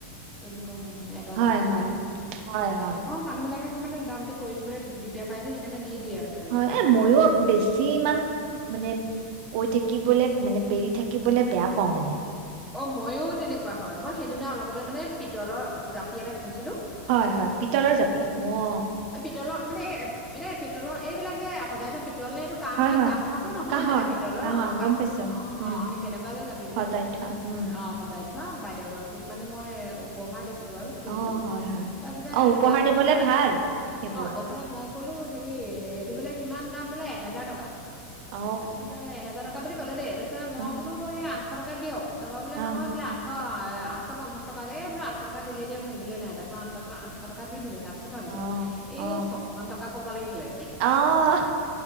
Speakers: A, in the centre; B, on the right.
A: তেনেকুৱা হয় মানে, এটা
B: হয়
A: দামত
B: হয়
A: দি দিছে। অ',
B: হয় হয়
A: মানুহ মানুহ বিলাকক মানে দামটো কৰি থাকিবলৈ দিগদাৰ পাই যে সেইকাৰণে দি দিয়ে আৰু তেনেকে
B: হয়,
A: প্ৰায়
B: এ
A: বিলাকতে
B: মইয়ো বেছি ইমান মানে কৈ থাকিবলে মানে পেৰি থাকিবলে বেয়া পাওঁ মানে।
A: অ', মইয়ো তেনেকুৱা হয় মই সেইদিনা অলপতে মানে পিতলৰ জাপি এটা কিনিছিলো।
B: হয়, হয়, পিতলৰ জাপি অ'।
A: অ, পিতলৰ মানে এই, মানে পিতলৰ এইবিলাক যে সজাই <unintelligible> পিতল নে এইটো কাহ
B: হয়
A: বুলি
B: হয়
A: কাহৰটো নহয়
B: কাঁহৰ
A: মানে পিতলৰ
B: কাঁহৰ
A: অ', কাহ
B: গম পাইছো
A: অ',
B: উম
A: অ', সেই তেনেকুৱা যে জাপিবলাক।
B: সজাই থোৱা উম।
A: অ', সজাই থোৱা বাইদেউ গৰাকীক মানে মই উপহাৰ দি আৰু কিনিলো,
B: অ' হয় হয়।
A: তাৰ পিছতে
B: অ' উপহাৰ
A: দামটো
B: দিবলে
A: কলে অ'
B: ভাল সেইবোৰ।
A: তাৰপিছতে মই কলো হেৰি সেইটো বোলে কিমান দাম বোলে এহেজাৰ টকা
B: অ'।
A: তাৰপিছতে এহেজাৰ টকা ক বুলি ক'লে দে আ মই
B: উম,
A: বোলো এই আঠ এশ টকা দিয়ক তাৰপা
B: অ'
A: নহয় বোলে আঠশ এ আঠশ পঞ্চাশ টকাৰে বো আশটকা দিলে দিয়ক নিদিলে নাই তাৰপিছত আঠশ টকা দি দিলে তাৰ পিছত ভাবিছো
B: অ' অ'
A: এই ছশ মান টকা ক'ব লাগিছিলে।
B: অ'